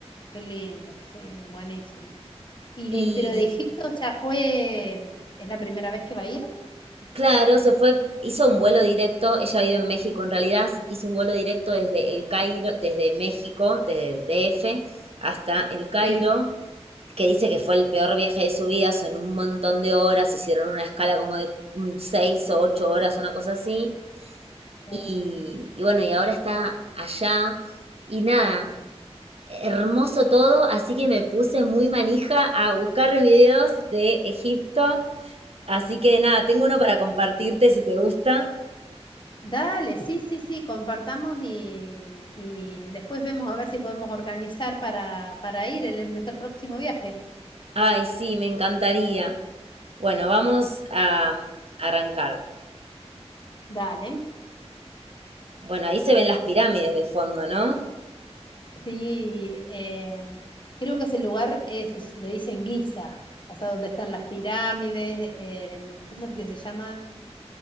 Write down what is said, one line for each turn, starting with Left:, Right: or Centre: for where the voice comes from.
Left: qué lindo, sí, buenísimo. ¿Y
Right: Y
Left: de- pero de Egipto ya fue, es la primera vez que va a ir?
Right: Claro, se fue, hizo un vuelo directo, ella vive en México en realidad, hizo un vuelo directo desde el Cairo, desde México, desde DF hasta el Cairo,
Left: Sí.
Right: que dice que fue el peor viaje de su vida, son un montón de horas, hicieron una escala como de mm, seis o ocho horas, una cosa así,
Left: O-
Right: y, y bueno, y ahora está allá, y nada, hermoso todo, así que me puse muy manija a buscar videos de Egipto, así que nada, tengo uno para compartirte si te gusta.
Left: Dale, sí, sí, sí, compartamos y, y después vemos a ver si podemos organizar para, para ir en el- nuestro próximo viaje.
Right: Ay, sí, me encantaría. Bueno, vamos a um, arrancar.
Left: Dale.
Right: Bueno, ahí se ven las pirámides de fondo, ¿no?
Left: Sí, eh, creo que ese lugar es, es- le dicen Giza, o sea, donde están las pirámides, eh, ¿cómo es que se llama?